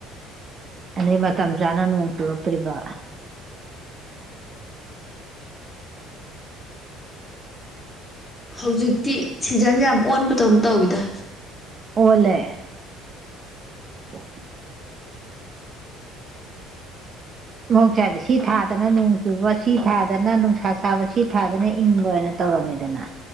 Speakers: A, on the right; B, on the left.
A: ꯑꯗꯩ ꯃꯇꯝ ꯆꯥꯅ ꯅꯣꯡ ꯆꯨꯔꯛꯇ꯭ꯔꯤꯕ
B: ꯍꯧꯖꯤꯛꯇꯤ ꯁꯤꯖꯟꯁꯦ ꯌꯥꯝ ꯑꯣꯟꯕꯗꯧꯅ ꯇꯧꯋꯤꯗ
A: ꯑꯣꯜꯂꯦ <inaudible> ꯃꯍꯧꯁꯥꯗꯤ ꯁꯤ ꯊꯥꯗꯅ ꯅꯣꯡ ꯆꯨꯕ ꯁꯤ ꯊꯥꯗꯅ ꯅꯨꯡꯁꯥ ꯁꯥꯕ ꯁꯤ ꯊꯥꯗꯅ ꯏꯪꯕꯅ ꯇꯧꯔꯝꯃꯤꯗꯅ